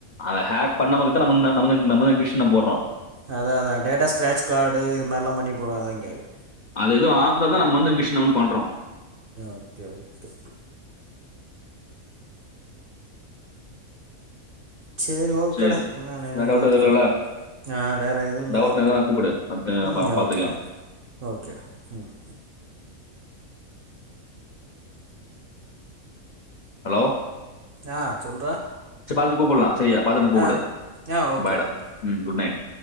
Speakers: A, on the left; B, on the right.
A: அத ஹேக் பண்ணாம இக்கதான் நம் நம்ம வந் நம்ம தா கிஷ்ன போடுறோ
B: அதான் அதான் டேட்டா ஸ்கிராட்ச் கார்டு இது மாரிலா பண்ணி போடுவ அதான் கேக்குற
A: அது எதோ ஆப் தான் நம்ம வந்து மிஷன வந்து பண்றோம்
B: ஓகே ஓகே சேரி ஓகேடா
A: சரி.
B: நானு என்னன்னு
A: வேற டவுட்
B: பாத்துட்டு
A: எதுவும் இல்லல்ல?
B: ஆ வேற எதும் இல்லை
A: டவுட்னா எதுனா கூப்பிடு. அடுத்து
B: ம்
A: பா பார்த்துக்கலாம்.
B: ஓகேடா ஓகேடா ம்
A: ஹலோ
B: ஆ சொல்றா
A: சரி பாத்துட்டு கூப்புல்லாம் செரியா பாத்துட்டு என்னன்னு கூப்புடு
B: ஆ ஆ ஓகேடா
A: பாய்டா
B: ஓகே
A: ம் குட் நைட்